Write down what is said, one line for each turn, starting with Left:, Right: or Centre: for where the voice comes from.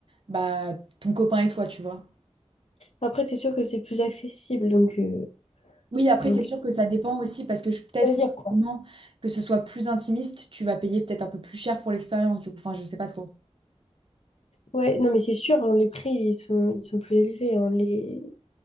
Right: bah, ton copain et toi, tu vois.
Left: Après, c'est sûr que c'est plus accessible, donc, euh,
Right: Oui, après,
Left: donc
Right: c'est sûr que ça dépend aussi, parce que je- peut-être
Left: choisir,
Right: que
Left: quoi.
Right: justement, que ce soit plus intimiste, tu vas payer peut-être un peu plus cher pour l'expérience, du coup, enfin, je sais pas trop.
Left: Ouais, non, mais c'est sûr, hein, les prix, ils sont, ils sont plus élevés. hein, les...